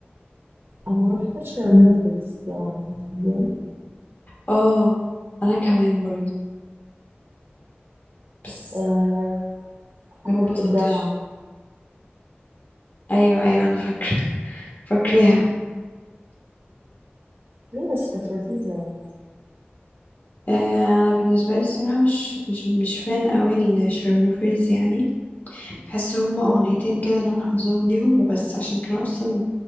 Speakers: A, on the right; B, on the left.
A: انا رحت الشرموفرز يعني تحبيهم
B: اه انا كمان برضو بس
A: أه حفلة
B: ما اتبسطتش
A: الجامعة
B: ايوه ايوه انا فاكره فاكراها
A: ليه بس كانت لذيذة والله
B: آه انا بالنسبه لي الصراحه مش مش مش فان قوي الشرموفرز يعني بحس هما
A: مم.
B: اغنيتين كده اللي انا حافظاهم ليهم وبس عشان كانوا اصلا